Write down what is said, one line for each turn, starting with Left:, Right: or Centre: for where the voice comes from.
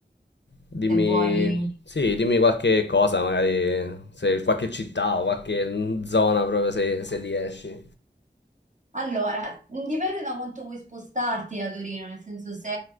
Left: dimmi,
Right: se vuoi.
Left: sì, dimmi qualche cosa, magari se qualche città o qualche mm, zona proprio se, se riesci.
Right: Allora, mm, dipende da quanto vuoi spostarti da Torino, nel senso se